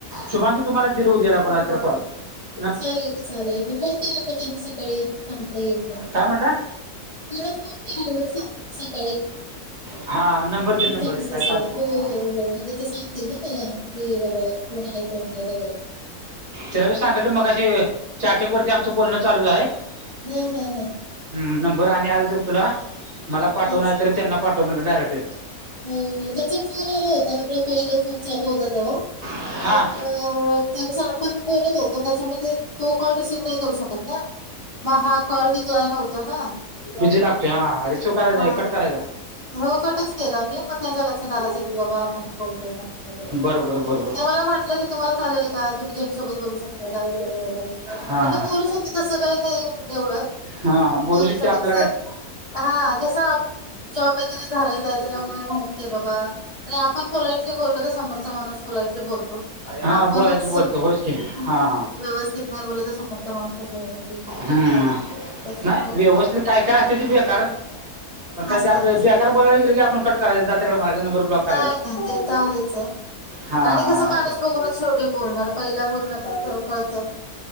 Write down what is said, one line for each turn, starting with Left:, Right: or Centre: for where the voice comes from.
Right: शुभांगी तुम्हाला दिल उद्याला कोणाचा तरी कॉल -
Left: चालेल की चालेल मी फोन करेल मग त्यांना सकाळी सांगता येईल मग -
Right: काय म्हटलं
Left: मु <unintelligible> केलं सकाळी
Right: हां नंबर देईल नंबर
Left: गेनेसीसला
Right: देईल काय काळजी करू
Left: हो
Right: हां
Left: हो हो म्हणजे ते सांग - तीन केलं की कोण हाय कोण नाही बागेत <unintelligible>
Right: तेला बी सांगितलं मगाशी चॅटिंग वरती आमचं बोलणं चालू आहे -
Left: हो हो हो
Right: हम नंबर आणि आल तर तुला मला पाठव
Left: अच्छा.
Right: नायतर त्यांना पाठव म्हंटल डायरेक्ट-
Left: हो हो त्यांचा फोन आला होता आपला पहिला फोन चालू होता तेव्हा-
Right: हां
Left: हो हो आपण बोलत होते त्यासोबत तो कॉल रिसिव्ह. करू शकत नाही ना म हा कॉल डीक्लाई नव्हता ना.
Right: बिजी लागतोय हा रिसिव करायचा
Left: हा
Right: नाही कट करायचा.
Left: हो कटचं- केला मी मग त्यांच्या लक्षात आला असेल की बाबा आपण बोलतोय म्हणून वगैरे
Right: बरं बरं बरं बरं
Left: ते मला म्हटलं की- तुम्हा चालेल का तुम्ही ज्यांच्यासोबत बोलू शकता का वैगरे वगैरे.
Right: हां
Left: म्हटल
Right: हां
Left: बोलूच शकते तसं काही नाही एवढं.
Right: हां
Left: बोलू शकते
Right: आपल्याला
Left: कस
Right: काय
Left: हा कस जॉब वगैरे झालेलं आहे. त्यामुळे माहितीय बाबा अरे आपण पोलाइटली बोललो तर समोरचा माणूस पोलाइटली बोलतो.
Right: हां
Left: आपणच
Right: बोलायचं बोलतो
Left: हम्
Right: होच की हां
Left: हम्
Right: हां
Left: व्यवस्थित- नाही बोलत समोरचा माणूस कसा बोलल
Right: हम्म.
Left: त्याच्यामुळे-
Right: नाही व्यवस्थित काय काय असतिती बेकार. पण काय
Left: असतात
Right: ते आपले
Left: असतात
Right: बेकार बोलायला गेले की आपण कट करायच जा तिकडे म्हणायचं नंबर ब्लॉक करायचा.
Left: नाही नाही ते तर आहेच आहे
Right: हा हा.
Left: आणि कसं माणूस बघूनच शेवटी बोलणार पहिला बोलण्यात स्थळं कळत